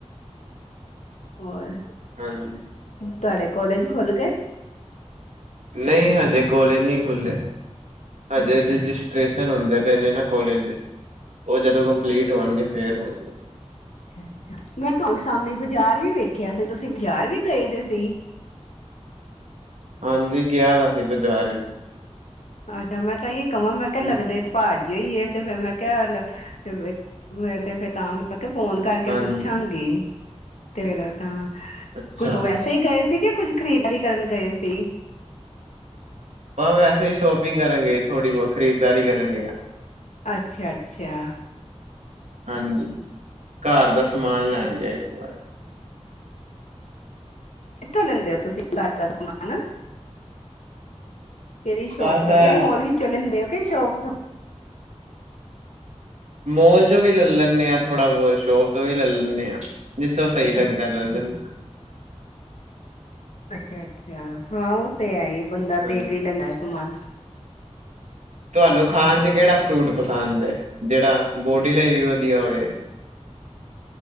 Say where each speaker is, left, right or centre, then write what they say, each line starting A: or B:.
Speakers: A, on the left; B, on the right.
A: ਹੋਰ?
B: ਹਾਂ, ਲੋ।
A: ਤੁਆਡੇ ਕੋਲਜ ਖੁੱਲ ਗਏ।
B: ਨਈ ਹਜੇ ਕੋਲਜ ਨਈ ਖੁੱਲੇ। ਹਜੇ
A: ਅੱਛਾ
B: ਰਜਿਸਟ੍ਰੇਸ਼ਨ
A: ਅੱਛਾ
B: ਹੁੰਦੇ ਪਏ ਨੇ ਨਾ। ਕੋਲਜ ਦੇ, ਓ ਜਦੋਂ ਕੰਪਲੀਟ ਹੋਣਗੇ ਫੇਰ ਹੋਣਗੇ।
A: ਅੱਛਾ ਮੈਂ ਤਾਨੂੰ ਸ਼ਾਮੀ ਬਾਜ਼ਾਰ ਵੀ ਵੇਖਿਆ ਸੀ। ਤੁਸੀਂ ਬਾਜ਼ਾਰ ਵੀ ਗਏ ਦੇ ਸੀ।
B: ਹਾਂਜੀ ਗਿਆ ਦਾ ਸੀ ਬਜ਼ਾਰ ਵੀ।
A: ਅੱਛਾ ਮੈਂ ਤਾਂਈ ਕਵਾਂ ਮੈਂ
B: ਵੀ
A: ਕਿਆ ਲੱਗਦੇ ਤੇ- ਭਾਜੀ ਹੋਈ ਤੇ ਫੇਰ ਮੈਂ ਕਿਹਾ, ਹਾਲ ਤੇ ਫੇਰ ਤਾਂ। ਮੈਂ ਕਿਹਾ ਫੋਨ ਕਰਕੇ
B: ਹਾਂਜੀ
A: ਪੁੱਛਾਂਗੀ ਤੇ ਤਾਂ।
B: ਅੱਛਾ
A: ਕੁਛ ਵੈਸੇ ਹੀ ਗਏ ਸੀਗੇ, ਕੁੱਝ ਖਰੀਦਾਰੀ ਕਰਨ ਗਏ ਸੀ।
B: ਭਾਂ ਵੈਸੇ ਹੀ ਸ਼ੋਪਿੰਗ ਕਰਨਗੇ ਥੋੜੀ ਬਹੁਤ ਖਰੀਦਾਰੀ ਕਰਨਗੇ।
A: ਅੱਛਾ- ਅੱਛਾ।
B: ਹਾਂਜੀ, ਘਰ ਦਾ ਸਮਾਨ ਲੈਣ ਗਏ ਥੋੜਾ ਜਿਹਾ।
A: ਕਿੱਥੋਂ ਲੈਂਦੇ ਹੋ ਤੁਸੀਂ, ਘਰ ਦਾ ਸਮਾਨ? ਕਿਹਦੀ
B: ਜਿਹਾ
A: ਸ਼ੋਪ
B: ਬਸ
A: ਤੋਂ?
B: ਐ
A: ਕ ਮੋਲ ਵੀਚੋ ਲੇਦੇ ਹੋ ਕਿ ਸ਼ੋਪ?
B: ਮੋਲ ਚੋਂ ਵੀ ਲੈ ਲੈਂਦੇ ਹਾਂ। ਥੋੜਾ ਬਹੁਤ ਸ਼ੋਪ ਤੋਂ ਵੀ ਲੈ ਲੈਂਦੇ ਹਾਂ। ਜਿੱਥੋਂ ਸਹੀ ਲੱਗਦਾ
A: ਅੱਛਾ
B: ਲੈ ਲੈਂਦੇ ਹਾਂ।
A: ਅੱਛਾ- ਅੱਛਾ ਹਾਂ ਉਹ ਤੇ ਹੈ ਹੀ, ਬੰਦਾ
B: ਹਾਂਜੀ
A: ਦੇ ਕੇ ਹੀ ਲੈਂਦਾ ਸਮਾਨ।
B: ਤੁਹਾਨੂੰ ਖਾਣ ਚ ਕਿਹੜਾ ਫਰੂਟ ਪਸੰਦ ਹੈ, ਜਿਹੜਾ ਬੋਡੀ ਲਈ ਵੀ ਵਧੀਆ ਹੋਏ।